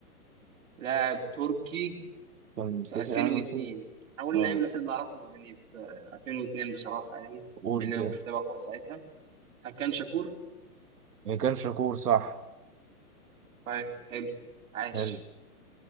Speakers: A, on the right (about 60°); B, on the right (about 80°).
A: لاعب تركي
B: كان في
A: في
B: كأس
A: 2002
B: العالم 2000
A: هقول
B: اه
A: اللاعب الوحيد اللي أعرفه يعني في 2002 بصراحة يعني
B: قول
A: لأن أنا
B: كده
A: ما كنتش بتابع كورة ساعتها هكان شاكور
B: ما كان شاكور صح
A: طيب حلو عاش
B: حلو